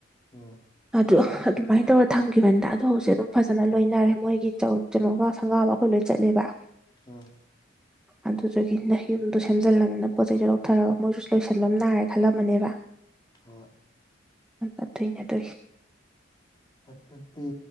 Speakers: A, on the left (about 25°); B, in the centre.
A: ꯎꯝ
B: ꯑꯗꯣ ꯑꯗꯨꯃꯥꯏꯅ ꯇꯧꯔꯒ ꯊꯝꯈꯤꯕꯅꯤꯗ ꯑꯗꯨ ꯍꯧꯖꯤꯜ ꯑꯗꯨꯝ ꯐꯖꯅ ꯂꯣꯏꯅꯔꯦ ꯃꯣꯏꯒꯤ ꯀꯩꯅꯣꯒ ꯁꯪꯒꯥꯕ ꯑꯩꯈꯣꯏ ꯂꯣꯏ ꯆꯠꯂꯦꯕ
A: ꯑꯣꯝ
B: ꯑꯗꯨꯗꯨꯗꯒꯤ ꯅ ꯌꯨꯝꯗꯣ ꯁꯦꯝꯖꯤꯜꯂꯝꯅꯤꯅ ꯄꯣꯠ ꯆꯩꯩꯗꯣ ꯂꯧꯊꯔꯒ ꯃꯣꯏꯁꯨ ꯂꯣꯏꯁꯟꯂꯝ ꯅꯥꯔꯦ ꯈꯜꯂꯝꯃꯅꯦꯕ
A: ꯍꯣ
B: ꯑ ꯊꯩꯅ ꯑꯗꯨ
A: ꯑꯗꯨ ꯑꯗꯨꯗꯤ